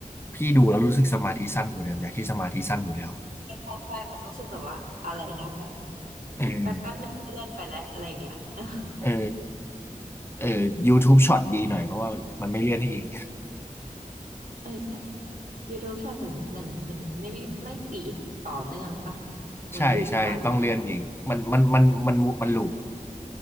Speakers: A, on the left; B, on the right.
A: พี่ดูแล้วรู้สึกสมาธิสั้นอยู่เดิมอยากที่สมาธิสั้นอยู่แล้ว
B: ใช่ใช่ใช่มันรู้สึกแบบว่าอะไรนะแบบ
A: เออ
B: มันแป๊บแป๊บหนึ่งเลื่อนไปแล้วอะไรอย่างเงี้ย <laughs>
A: เออ เออ YouTube
B: ไม่
A: ช็อตดีหน่อยเพราะว่ามันไม่เลื่อนให้เอง
B: เออ YouTube ชอบเหมือนเหมือนเหมือนไม่ไม่ไม่ฟีดต่อเนื่องปะ
A: <laughs>
B: เหมือนหยุดไป
A: ใช่ใช่ต้องเลื่อนเองมันมันมันมันมันลูป